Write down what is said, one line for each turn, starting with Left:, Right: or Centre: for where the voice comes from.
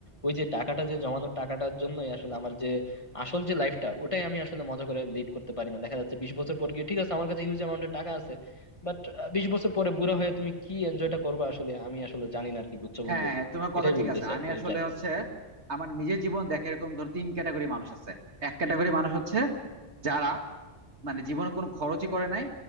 Left: ওই যে টাকাটা যে জমানোর টাকাটার জন্যই আসলে আমার যে আসল যে লাইফটা ওটাই আমি আসলে মজা করে লিড করতে পারি না দেখা যাচ্ছে বিশ বছর পর গিয়ে ঠিক আছে আমার কাছে হিউজ অ্যামাউন্টের টাকা আছে বাট বিশ বছর পরে বুড়া হয়ে তুমি কি এনজয়টা করবে আসলে আমি আসলে জানি না আর কি বুঝছো
Right: হ্যাঁ
Left: বন্ধু
Right: হ্যাঁ তোমার কথা
Left: এটাই
Right: ঠিক
Left: বলতে
Right: আছে
Left: চাই
Right: আমি আসলে
Left: যাইতেছি
Right: হচ্ছে আমার নিজের জীবন দেখে এরকম ধর তিন ক্যাটাগরি মানুষ আছে এক ক্যাটাগরি মানুষ হচ্ছে যারা মানে জীবনে কোনো খরচই করে নাই